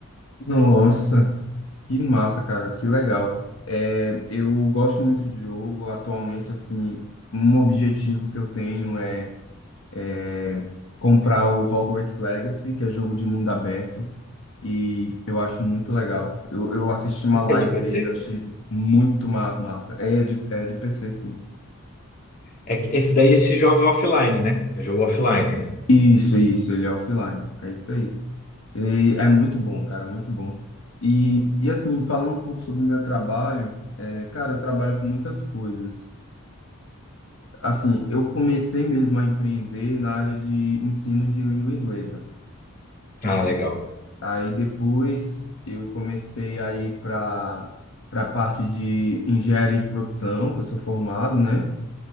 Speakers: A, on the left; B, on the left.
A: Nossa, que massa, cara, que legal. É, eu gosto muito de jogo. Atualmente, assim, um objetivo que eu tenho é é comprar o Hogwarts Legacy, que é jogo de mundo aberto, e eu acho muito legal. Eu, eu assisti uma
B: Esse
A: live
B: é de PC?
A: dele, eu achei muito ma massa. É de, é de PC, sim.
B: É que esse daí se joga offline, né? É jogo offline.
A: Isso, isso, ele é offline. É isso aí. E é muito bom, cara, muito bom. E, e assim, falando um pouco sobre o meu trabalho, é, cara, eu trabalho com muitas coisas. Assim, eu comecei mesmo a empreender na área de ensino de língua inglesa.
B: Ah, legal.
A: Aí depois eu comecei a ir para para a parte de engenharia de produção, que eu sou formado, né?